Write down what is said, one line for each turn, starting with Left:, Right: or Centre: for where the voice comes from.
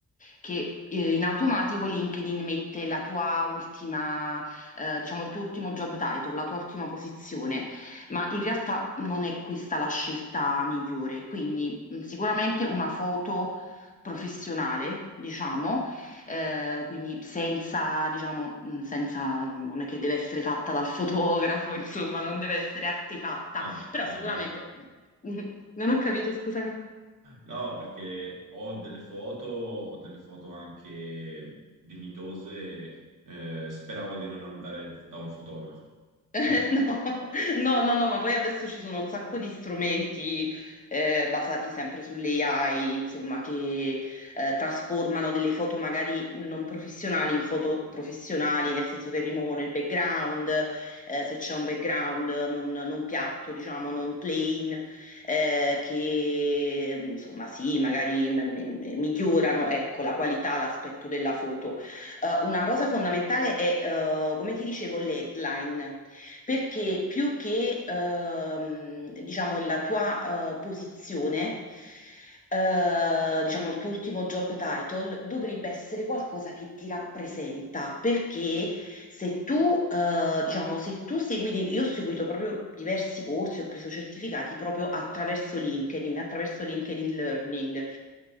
Left: Che eh, in automatico LinkedIn mette la tua ultima, eh, diciamo il tuo ultimo job title, la tua ultima posizione ma in realtà non è questa la scelta migliore. Quindi mh, sicuramente una foto professionale, diciamo, eh, quindi senza, diciamo, mh, senza, non è che deve essere fatta dal fotografo, <laughs> insomma, non deve essere artefatta,
Right: Ah,
Left: però
Right: meno
Left: sicuramente,
Right: male.
Left: <laughs> non ho capito, scusami.
Right: No, perché ho delle foto, ho delle foto anche dignitose, eh, speravo di non andare da un fotografo.
Left: <laughs> Eh,
Right: Mhm.
Left: No, no, no, no, ma poi adesso ci sono un sacco di strumenti eh, basati sempre sull'AI, insomma, che eh, trasformano delle foto magari non professionali in foto professionali, nel senso che rimuovono il background, eh, se c'è un background non, non piatto, diciamo, non plain, eh, che insomma, sì, magari m- m- migliorano, ecco, la qualità, l'aspetto della foto. Eh, una cosa fondamentale è, eh, come ti dicevo, le headline. Perché più che, ehm, diciamo, la tua eh, posizione, eh, diciamo, il tuo ultimo job title dovrebbe essere qualcosa che ti rappresenta, perché se tu, eh, diciamo, se tu segui, dei- io ho seguito proprio diversi corsi, ho preso certificati proprio attraverso LinkedIn, attraverso LinkedIn Learning.